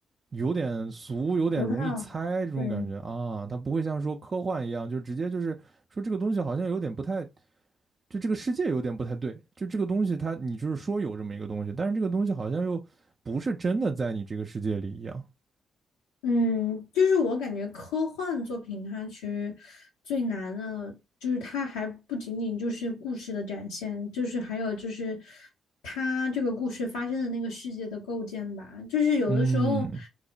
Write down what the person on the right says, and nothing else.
有点俗，有点容易猜这种感觉啊。
它不会像说科幻一样，就直接就是说这个东西好像有点不太，就这个世界有点不太对，就这个东西它你就是说有这么一个东西，但是这个东西好像又不是真的在你这个世界里一样。
嗯